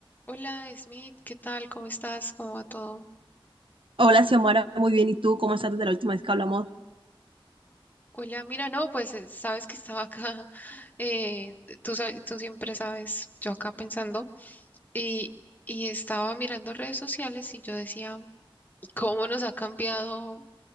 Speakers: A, on the left (about 20°); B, on the right (about 65°).
A: Hola, Smith, ¿qué tal? ¿Cómo estás? ¿Cómo va todo?
B: Hola, Xiomara, muy bien. ¿Y tú cómo estás desde la última vez que hablamos?
A: Hola, mira, no, pues eh, sabes que estaba acá, <laughs> eh, tú, sa- tú siempre sabes, yo acá pensando, y, y estaba mirando redes sociales y yo decía, ¿cómo nos ha cambiado